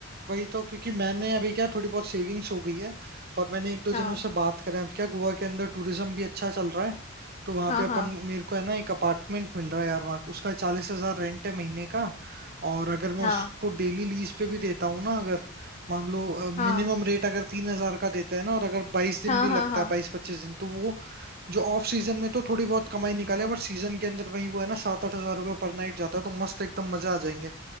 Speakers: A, on the right (about 45°); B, on the left (about 30°).
A: वही तो क्योंकि मैंने अभी क्या थोड़ी बहुत सेविंग्स हो गई है और मैंने एक दो जनों
B: हाँ
A: से बात करें अब क्या गोवा के अंदर टूरिज्म भी अच्छा चल रहा है तो वहां
B: हाँ
A: पे अपन
B: हाँ
A: मेरे को है ना एक अपार्टमेंट मिल रहा है यार वहाँ उसका चालीस हजार रेंट है महीने का और अगर मैं
B: हाँ
A: उसको डेली लीज पे भी देता हूँ ना अगर मान लो
B: हाँ
A: मिनिमम रेट अगर तीन हजार का देता है ना और अगर बाईस दिन
B: हाँ
A: भी लगता
B: हाँ हाँ
A: है बाईस पच्चीस दिन तो वो जो ऑफ सीजन में तो थोड़ी बहुत कमाई निकाले बट सीजन के अंदर वही वो है ना सात आठ हजार रुपये पर नाइट जाता है तो मस्त एकदम मजा आ जाएंगे